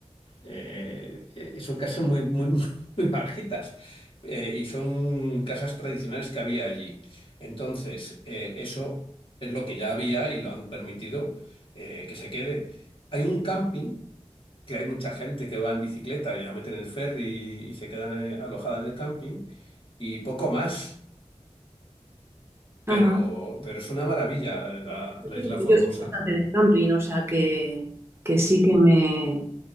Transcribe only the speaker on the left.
Eh, eh, son casas muy, muy, <laughs> muy bajitas eh, y son casas tradicionales que había allí. Entonces, eh, eso es lo que ya había y lo han permitido eh, que se quede. Hay un camping que hay mucha gente que va en bicicleta y la meten en el ferry y se quedan eh, alojada en el camping y poco más. Pero,
pero es una maravilla la, la
Isla Formosa.